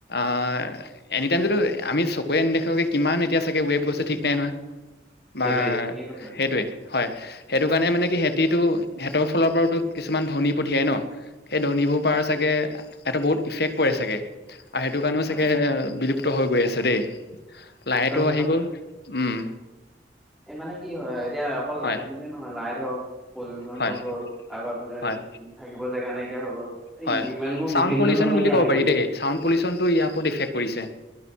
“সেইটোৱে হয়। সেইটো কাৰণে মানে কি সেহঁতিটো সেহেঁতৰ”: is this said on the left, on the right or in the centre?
Left